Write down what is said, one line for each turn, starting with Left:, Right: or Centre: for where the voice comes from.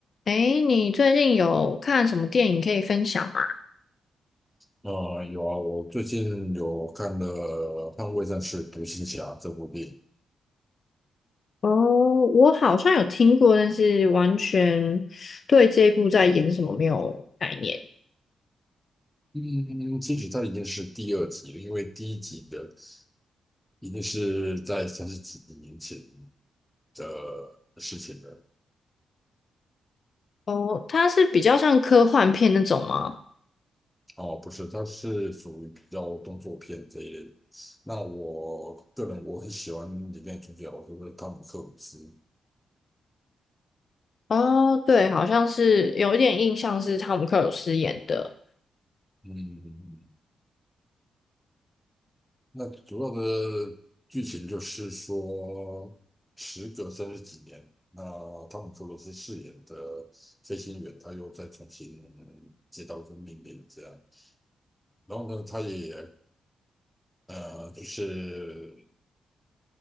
Left: 诶，你最近有看什么电影可以分享吗？
Centre: 呃，有啊，我最近有看了《捍卫战士：独行侠》这部电影。
Left: 哦，我好像有听过，但是完全对这一部在演什么没有概念。
Centre: 嗯，嗯嗯其实它已经是第二集了，因为第一集的已经是在三十几年前的事情了。
Left: 哦，它是比较像科幻片那种吗？
Centre: 哦，不是，它是属于比较动作片这一类的。那我个人我很喜欢里面的主角，就是汤姆克鲁斯。
Left: 哦，对，好像是有一点印象是汤姆克鲁斯演的
Centre: 嗯，嗯嗯那主要的剧情就是说，时隔三十几年，那汤姆·克鲁斯饰演的飞行员，他又再重新接到一个命令，这样。然后呢，他也呃，就是